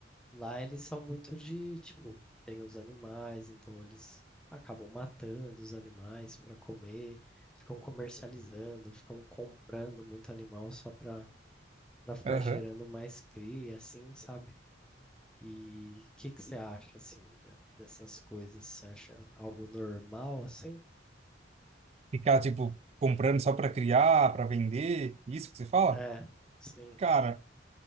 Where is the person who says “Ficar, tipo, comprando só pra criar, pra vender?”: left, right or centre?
Right